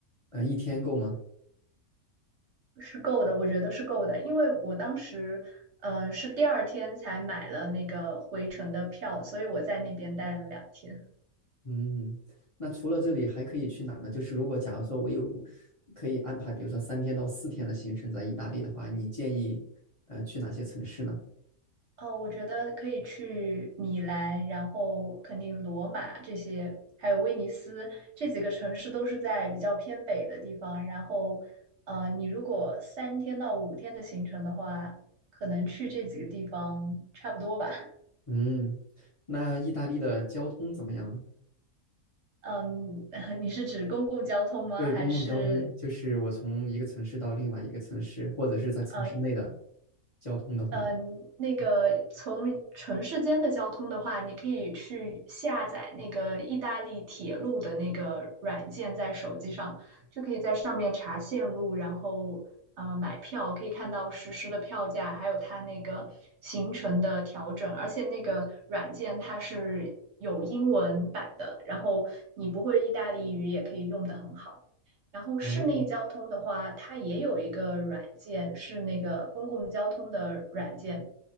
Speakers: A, on the left; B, on the right.
A: 呃，一天够吗？
B: 是够的，我觉得是够的，因为我当时呃是第二天才买了那个回程的票，所以我在那边待了两天。
A: 嗯，那除了这里还可以去哪呢？就是如果假如说我有可以安排，比如说三天到四天的行程在意大利的话，你建议呃去哪些城市呢？
B: 哦，我觉得可以去米兰，然后肯定罗马这些，还有威尼斯这几个城市都是在比较偏北的地方。然后，呃，你如果三天到五天的行程的话，可能去这几个地方差不多吧。
A: 嗯，那意大利的交通怎么样呢？
B: 嗯，<laughs> 你是指公共交通吗？
A: 对，
B: 还是
A: 公共交通就是我从一个城市到另外一个城市，或者是在城市内的
B: 呃
A: 交通的话，
B: 呃那个从城市间的交通的话，你可以去下载那个意大利铁路的那个软件，在手机上就可以在上面查线路，然后呃买票，可以看到实时的票价，还有它那个行程的调整，而且那个软件它是有英文版的，然后你不会意大利语也可以用的很好。然后室内交通的话，
A: 哦，
B: 它也有一个软件，是那个公共交通的软件，